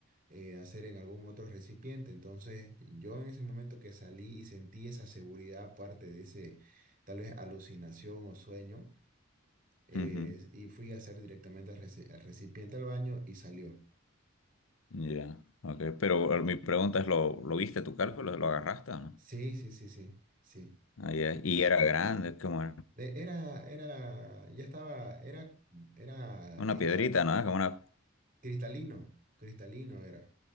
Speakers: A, on the right; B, on the left.
A: eh, hacer en algún otro recipiente. Entonces, yo en ese momento que salí y sentí esa seguridad, aparte de ese, tal vez alucinación o sueño, eh,
B: Ujú.
A: y fui a hacer directamente al reci- al recipiente al baño y salió.
B: Ya. Ok. Pero eh, mi pregunta es, ¿lo, lo viste tu cálculo? ¿Lo agarraste o no?
A: Sí, sí, sí, sí, sí.
B: Ah, ya. Y era grande, es como
A: Eh, Era, era, ya estaba, era, era
B: una
A: crista-
B: piedrita, ¿no? Es Como una...
A: cristalino, cristalino era.